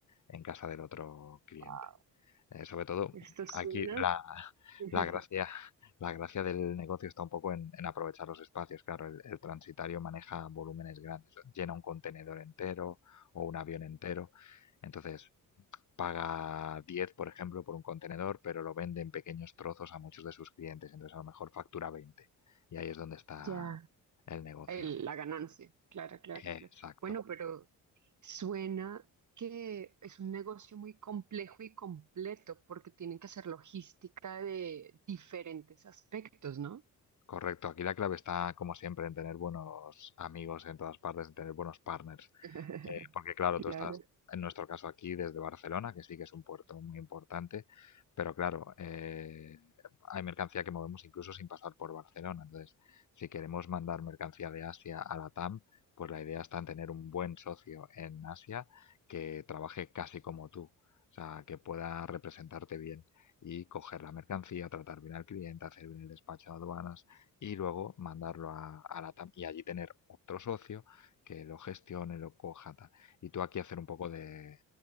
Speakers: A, on the left; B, on the right.
A: en casa del otro cliente.
B: Wow.
A: Eh, sobre todo,
B: Esto suena.
A: aquí la,
B: <laughs>
A: la gracia, la gracia del negocio está un poco en, en aprovechar los espacios. Claro, el, el transitario maneja volúmenes grandes, llena un contenedor entero o un avión entero. Entonces, paga 10, por ejemplo, por un contenedor, pero lo vende en pequeños trozos a muchos de sus clientes. Entonces, a lo mejor factura 20. Y ahí es donde está
B: Ya.
A: el negocio.
B: El- la ganancia. Claro, claro,
A: Exacto.
B: claro. Bueno, pero suena que es un negocio muy complejo y completo porque tienen que hacer logística de diferentes aspectos, ¿no?
A: Correcto, aquí la clave está, como siempre, en tener buenos amigos en todas partes, en tener buenos partners.
B: <laughs>
A: Eh, porque claro, tú
B: Claro,
A: estás, en nuestro caso aquí, desde Barcelona, que sí que es un puerto muy importante, pero claro, eh, hay mercancía que movemos incluso sin pasar por Barcelona. Entonces, si queremos mandar mercancía de Asia a la Tam pues la idea está en tener un buen socio en Asia que trabaje casi como tú, o sea, que pueda representarte bien y coger la mercancía, tratar bien al cliente, hacer bien el despacho de aduanas y luego mandarlo a, a la Tam y allí tener otro socio que lo gestione, lo coja. tal. Y tú aquí hacer un poco de,